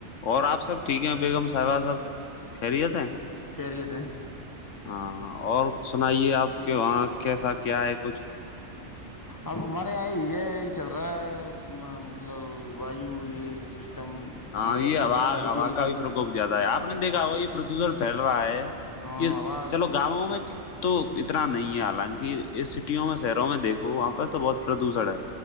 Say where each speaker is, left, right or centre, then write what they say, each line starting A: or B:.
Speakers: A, on the left (about 80°); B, on the left (about 15°).
A: اور آپ سب ٹھیک ہیں بیگم صاحبہ سب خریت ہیں
B: کیریت ہیں
A: ہاں اور سنائیے آپ کے وہاں کیسا کیا ہے کچھ ہ <unintelligible>
B: اب ہمارے یہاں یہ چل رہا ہے مطلب وایو یہ سسٹم
A: ہاں
B: مطلب
A: یہ
B: تھوڑی
A: ہا
B: ہلکی
A: ہا
B: ہلکی
A: کا بھی پرکوپ زیادہ ہے آپ نے دیکھا ہوا یہ پردوشن پھیل رہا ہے
B: ہوا
A: یہ چلو گاؤوں میں تو اتنا نہیں ہے حالانکہ اس سٹیوں میں شہروں میں دیکھو وہاں پہ تو بہت پردوشن ہے